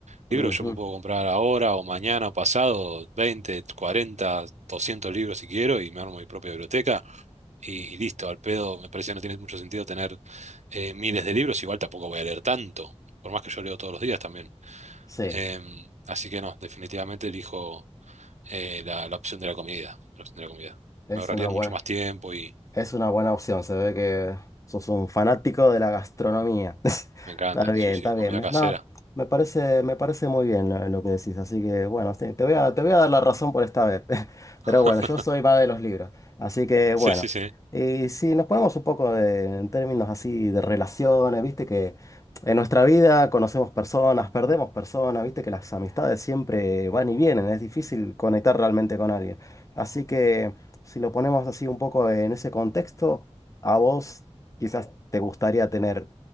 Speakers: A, on the right; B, on the left.
A: Libros
B: Ujú.
A: yo me puedo comprar ahora o mañana o pasado 20 40 200 libros si quiero y me armo mi propia biblioteca y, y listo, al pedo. Me parece que no tiene mucho sentido tener eh, miles de libros, igual tampoco voy a leer tanto, por más que yo leo todos los días también.
B: Sí,
A: Em, así que no, definitivamente elijo eh, la, la opción de la comida, la opción de la comida.
B: es
A: Me ahorraría
B: una buena.
A: mucho más tiempo y
B: Es una buena opción, se ve que sos un fanático de la gastronomía. <laughs>
A: me encanta,
B: Está bien,
A: sí, sí,
B: está
A: comida
B: bien. me-
A: casera.
B: No, me parece, me parece muy bien lo, lo que decís, así que bueno, sí, te voy a, te voy a dar la razón por esta vez. <laughs>
A: <laughs>
B: Pero bueno, yo soy más de los libros, así que
A: Sí,
B: bueno.
A: sí, sí.
B: Y si nos ponemos un poco de- en términos así de relaciones, viste que en nuestra vida conocemos personas, perdemos personas, viste que las amistades siempre van y vienen, es difícil conectar realmente con alguien. Así que... Si lo ponemos así un poco en ese contexto, a vos quizás te gustaría tener